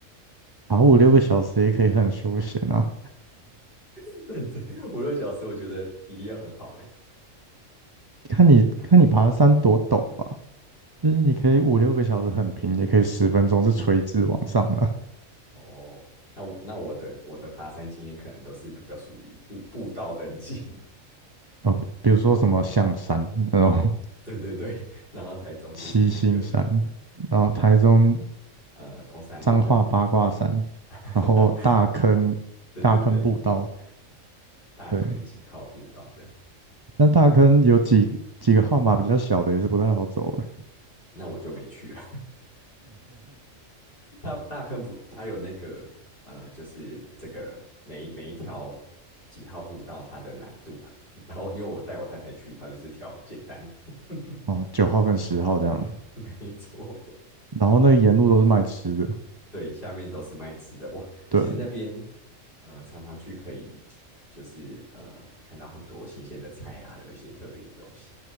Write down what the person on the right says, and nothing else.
爬五六个小时也可以很休闲啊。
看你看你爬的山多陡吧，就是你可以五六个小时很平，也可以十分钟是垂直往上的啊。
呃，比如说什么象山那种
<laughs> 七星山，然后台中
彰化八卦山，
然后大坑大坑步道，
对，那大坑有几几个号码比较小的也是不太好走诶，
哦，九号跟十号这样，
然后那个沿路都是卖吃的，
对，